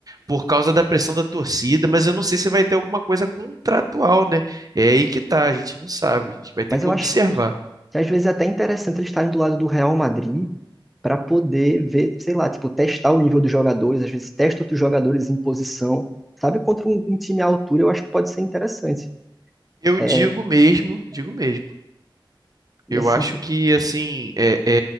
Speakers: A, on the right; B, in the centre.
A: por causa da pressão da torcida, mas eu não sei se vai ter alguma coisa contratual, né? É aí que tá, a gente não sabe, a gente vai ter
B: Mas
A: que
B: eu
A: observar.
B: acho que às vezes é até interessante eles estarem do lado do Real Madrid para poder ver, sei lá, tipo, testar o nível dos jogadores, às vezes testa outros jogadores em posição, sabe? Contra um, um time à altura, eu acho que pode ser interessante.
A: Eu
B: É,
A: digo mesmo, digo mesmo.
B: e
A: Eu
B: assim,
A: acho que assim é,